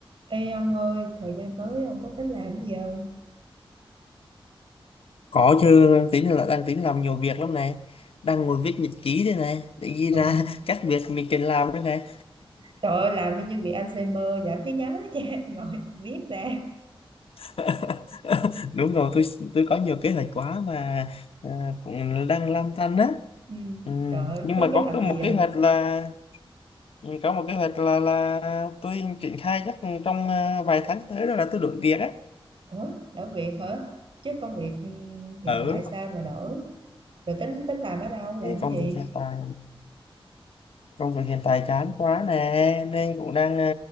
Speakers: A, on the right; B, on the left.
A: Ê ông ơi, thời gian tới ông có tính làm gì không?
B: Có chứ, tính là đang tính làm nhiều việc lắm này. Đang ngồi viết nhật ký đây này, để ghi
A: Rồi,
B: ra <laughs> các việc mình cần làm đây này.
A: trời ơi, làm như bị Alzheimer, giảm trí nhớ <laughs> cha, ngồi viết ra.
B: <laughs> Đúng rồi, tôi tôi có nhiều kế hoạch quá mà à, cũng đang lăn tăn á.
A: Ừ,
B: Ừ.
A: trời ơi,
B: Nhưng
A: có
B: mà
A: kế
B: có
A: hoạch
B: cái-
A: gì
B: một
A: vậy?
B: kế hoạch là ừ, có một kế hoạch là là tôi triển khai chắc trong à, vài tháng tới đó là tôi đổi việc á.
A: Ủa, đổi việc hả? Chứ công việc ừ, hiện
B: Ở
A: tại sao mà đổi? Rồi tính tính làm ở đâu, làm cái
B: công
A: gì?
B: việc hiện tại. công việc hiện tại chán quá nè nên cũng đang ờ,